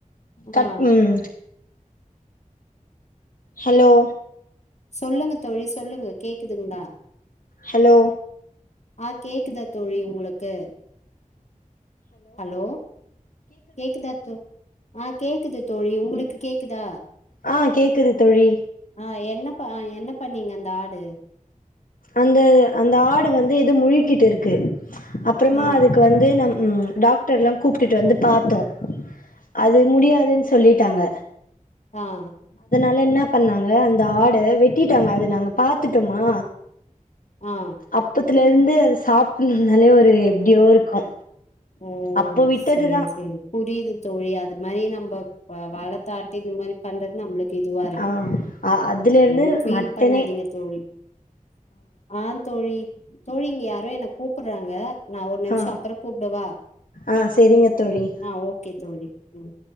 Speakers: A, on the left; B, on the left.
A: கட்
B: ஆ
A: உம் ஹலோ
B: சொல்லுங்க தோழி சொல்லுங்க கேக்குதுங்ளா
A: ஹலோ
B: ஆஹ் கேக்குதா தோழி உங்களுக்கு ஹலோ கேக்குதா தோ? ஆஹ் கேக்குது தோழி, உங்களுக்கு கேக்குதா?
A: ஆ கேக்குது தோழி
B: அ என்னபா என்ன பண்ணீங்க அந்த ஆடு
A: அந்த அந்த ஆடு வந்து ஏதோ முழுங்கிட்டு இருக்கு அப்புறமா
B: ஆ
A: அதுக்கு வந்து நம் உம் டாக்டர்லா கூப்டிட்டு வந்து பாத்தோ அது முடியாதுன்னு சொல்லிட் டாங்க
B: ஆஹ்
A: அதனால என்ன பண்ணாங்க அந்த ஆட வெட்டிட்டாங்க அத நாங்க பாத்துட்டொமா
B: ஆ
A: அப்பத்துல இருந்து அது சாப்பிடன்னுனாலே ஒரு எப்டியோ இருக்கு
B: ஓ
A: அப்போ விட்டதுதா
B: சேரி சேரி புரியுது தோழி அது மாரி நம்ம வளத்த ஆட்ட இந்த மாரி பண்றது நம்முளுக் இதுவா இருக்கு
A: ஆ அ அதுல இருந்து
B: சரி ஃபீல்
A: மட்டனே
B: பண்ணாதீங்க தோழி ஆ தோழி தோழி இங்க யாரோ என்ன கூப் ப்படறாங்க நா ஒரு நிமிஷ
A: ஆ
B: அப்பற கூப் பவா
A: ஆ சரிங்க தோழி
B: ஆஹ் ஓகே தோழி உம்